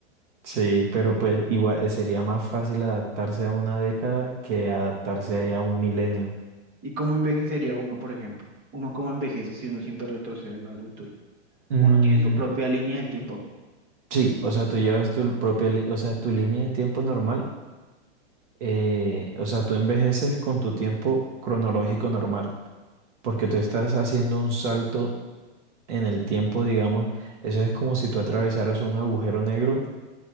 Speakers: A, on the right (about 80°); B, on the right (about 40°).
A: Sí, pero pues igual sería más fácil adaptarse a una década que adaptarse a un milenio.
B: ¿Y cómo envejecería uno, por ejemplo? ¿Uno cómo envejece si uno siempre retrocede y va al futuro?
A: Mm,
B: Uno tiene su propia línea del tiempo.
A: sí, o sea, tú llevas tu propia, li- o sea, tu línea de tiempo normal eh, o sea, tú envejeces con tu tiempo cronológico normal, porque tú estás haciendo un salto en el tiempo, digamos, eso es como si tú atravesaras un agujero negro,